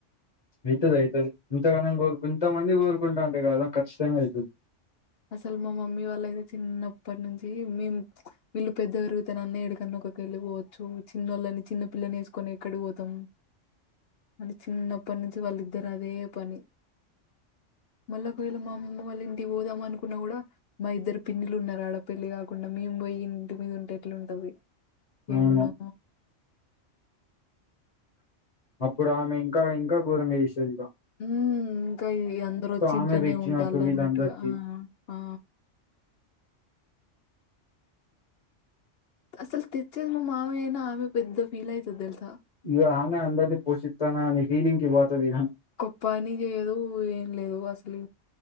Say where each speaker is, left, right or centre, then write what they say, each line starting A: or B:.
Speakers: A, on the left; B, on the left.
A: అయితది అయితది ఇంతగనం గోరుకుంట ఇంత మంది కోరుకుంటరూ కదా ఖచ్చితంగా అయితది
B: అసలు మా మమ్మీ వాళ్ళయితే చిన్నప్పటి నుంచి మేం ప్చ్ వీళ్ళు పెద్ద పెరిగుతేనన్న ఏడికన్న ఒక కెల్లి బోవచ్చు చిన్నోళ్ళని చిన్న పిల్లని ఏసుకొని ఎక్కడి బోతం అని చిన్నప్పటి నుంచి వాళ్ళిద్దరు అదే పని మళ్ల ఒక వేల మా అమ్మమ్మ వాళ్ళ ఇంటికి బోదాం అనుకున్న గుడా మా ఇద్దరు పిన్నిలున్నరు ఆడ పెళ్లి గాకుండా మేము బొయ్యి ఇంటి మీద ఉంటే ఎట్లుంటది ఎన్నో
A: అవును అప్పుడు ఆమె ఇంకా ఇంకా ఘోరంగ జేసేదిగ
B: ఊమ్ ఇంక ఈ అందరు ఒచ్చి
A: ఆమె
B: ఇంట్లోనే
A: పెట్టినట్టు
B: ఉంటాలన్నట్టుగా
A: వీళ్ళందరికీ
B: ఆ ఆ అసలు తెచ్చేది మా మామయ్య అయినా ఆమె పెద్ద ఫీల్ అయితది దెలుసా
A: ఇగ ఆమె అందరిని పోషిస్తాన్నా అని ఫీలింగ్ కి పోతది ఇగ
B: ఒ పని జేయదూ ఏం లేదు అసలు